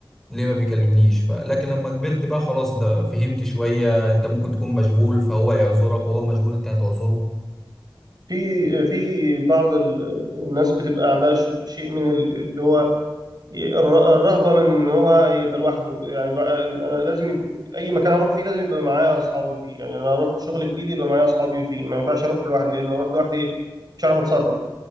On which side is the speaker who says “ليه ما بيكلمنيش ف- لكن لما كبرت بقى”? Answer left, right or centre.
Centre